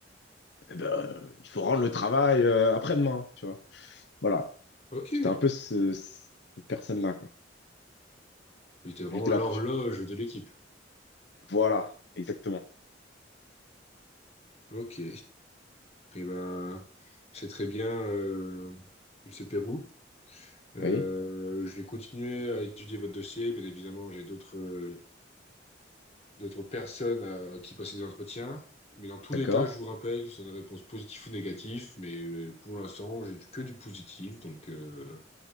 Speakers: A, on the left; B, on the left.
A: eh ben, il faut rendre le travail euh, après-demain, tu vois. Voilà.
B: Ok.
A: J'étais un peu ce- ce- cette personne-là, quoi.
B: Vous étiez vraiment
A: J'étais
B: l'horloge
A: la pression.
B: de l'équipe.
A: Voilà, exactement.
B: Ok. Et ben, c'est très bien, euh, Monsieur Pérou.
A: Oui,
B: Euh, je vais continuer à étudier votre dossier. Bien évidemment, j'ai d'autres euh, d'autres personnes à qui passer des entretiens. Mais dans tous
A: d'accord.
B: les cas, je vous rappelle, c'est une réponse positive ou négative. Mais euh, pour l'instant, j'ai que du positif. Donc, euh,